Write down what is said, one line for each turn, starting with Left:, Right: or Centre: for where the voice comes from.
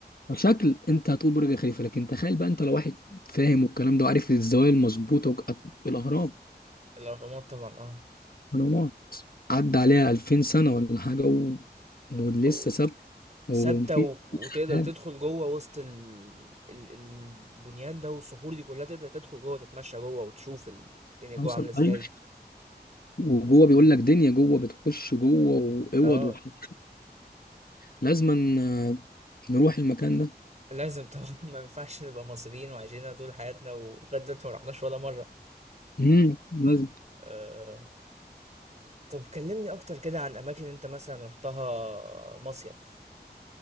Left: كشكل أنت هتقول برج خليفة لكن تخيل بقى أنت لو واحد فاهم والكلام ده وعارف الزوايا المظبوطة وك- الأهرام
Right: الأهرامات طبعًا آه،
Left: الأهرامات عدى عليها 2000 سنة ولا حاجة و... ولسه
Right: و
Left: ثابت ومفيش
Right: ثابته و- وتقدر
Left: حاجة
Right: تدخل جوه وسط ال... ال... البنيان ده والصخور دي كلها تقدر تدخل جوه تتمشى جوه وتشوف ال- الدنيا جوه
Left: حصل
Right: عامله ازاي
Left: أيوه وجوه بيقول لك دنيا جوه بتخش جوه واوض
Right: اه
Left: وحاجات لازما آه، نروح المكان ده
Right: لازم طبعا <laughs> ما ينفعش نبقى مصريين وعايشين هنا طول حياتنا ولغايه دلوقتي ما رحناش ولا مره
Left: امم لازم
Right: آه. طب كلمني اكتر كده عن اماكن انت مثلا رحتها مصيف